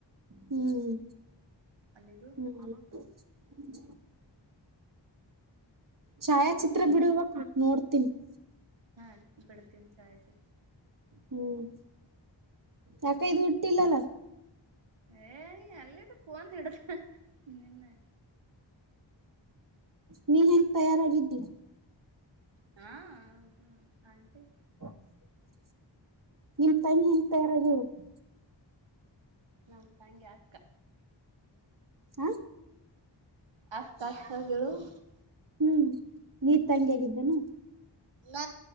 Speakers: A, on the right; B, on the right.
A: ಹ್ಮ್
B: ಅಲ್ಲಿದು
A: ಹ್ಮ್ ಹ್ಮ ಛಾಯಾಚಿತ್ರ
B: ಅದಕ್ಕೆ
A: ಬಿಡುವ ನೋಡ್ ತ್ತನ್ <unintelligible>
B: ಹಾ ಬಿಡ್ತೀನಿ ಚಾರ್ಜ್
A: ಹ್ಮ್ ಯಾಕೆ ಇದು ಇಟ್ಟಿಲ್ಲ ಅಲ್ಲ
B: ಏ ಅಲ್ಲಿದು ಫೋನ್ ಹಿಡುದ ನಿನ್ನೆ
A: ನೀ ಹೆಂಗ್ ತಯಾರಾಗಿದ್ದಿ
B: ಹಾ ಹ್ಮ್ ಆಂಟೀ
A: ಹಾ <unintelligible> ನಿಮ್ಮ ತಂಗಿ ಹೇಗೆ ತಯಾರಾದಳ್ಳ <inaudible>
B: ನನ್ ತಂಗಿ ಅಕ್ಕ
A: ಹ
B: ಆತ ಆತಾ ಕೆುವ <unintelligible>
A: ಹ್ಮ್ ನೀರ್ ತಂಗಿ ಆಗಿದ್ದೇನು
B: ನ